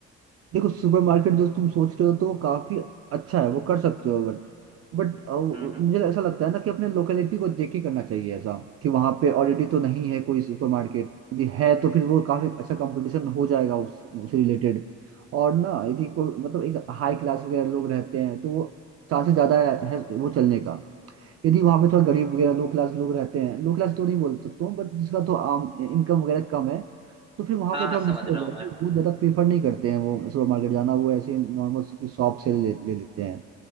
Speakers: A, on the right (about 50°); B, on the right (about 20°).
A: देखो सुपरमार्केट जो तुम सोच रहे हो तो वो काफी अच्छा है वो कर सकते हो बट बट
B: हम्म हम्म
A: मुझे ऐसा लगता है ना कि अपने लोकेलिटी को देख के करना चाहिए ऐसा कि वहां पे ऑलरेडी तो नहीं है कोई सुपरमार्केट यदि है तो फिर वो काफी अच्छा कंपटीशन हो जाएगा उस उससे रिलेटेड और ना यदि कोई मतलब एक हाई क्लास वगैरह लोग रहते हैं तो वो चांसेस ज्यादा है, है वो चलने का यदि वहां पे थोड़ा गरीब वगैरह लो क्लास लोग रहते हैं लो क्लास तो नहीं बोल सकता हूँ बट जिसका तो आम इनकम वगैरह कम है तो फिर वहां
B: हाँ
A: पे
B: हाँ
A: थोड़ा
B: समझ
A: मुश्किल
B: रहा
A: हो जाएगी
B: हूँ मैं
A: वो ज्यादा प्रीफर नहीं करते हैं वो सुपर मार्केट जाना वो ऐसे नॉर्मल शॉप से ले, ले लेते हैं